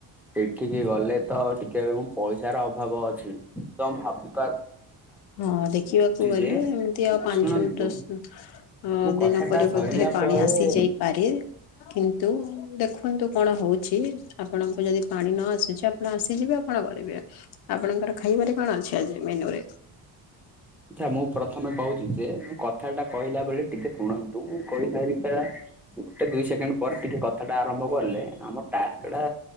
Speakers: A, in the centre; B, on the left (about 70°).
A: ସେଠିକି ଗଲେ ତ ଟିକେ ଏବେ ମୁଁ ପଇସାର ଅଭାବ ଅଛି ତ ମୁଁ ଭାବୁ
B: ହଁ ଦେଖିବାକୁ ଗଲି
A: ଯେ
B: ଏମିତି ଆଉ ପାଞ୍ଚ
A: ଶୁଣନ୍ତୁ
B: ଦଶ୍ ଅ-
A: ମୋ କଥାଟା
B: ଦିନପରେ
A: ସରିଲା
B: ବୋଧେ ପାଣି
A: ପରେ
B: ଆସିଯାଇ ପାରେ କିନ୍ତୁ ଦେଖନ୍ତୁ କଣ ହଉଚି। ଆପଣଙ୍କୁ ଯଦି ପାଣି ନ ଆସୁଚି ଆପଣ ଆସିଯିବେ ଆଉ କଣ କରିବେ। ଆପଣଙ୍କର ଖାଇବାରେ କଣ ଅଛି ଆଜି ମେନୁରେ?
A: ଯାହା ମୁଁ ପ୍ରଥମେ କହୁଚି ଯେ ମୁଁ କଥାଟା କହିଲା ବେଳେ ଟିକେ ଶୁଣ ନ୍ତୁ କହି ସାରିକା ଗୋଟେ ଦୁଇ ସେକେଣ୍ଡ୍ ପରେ ଟିକେ କଥାଟା ଆରମ୍ଭ କଲେ ଆମ ଟାସ୍କଟା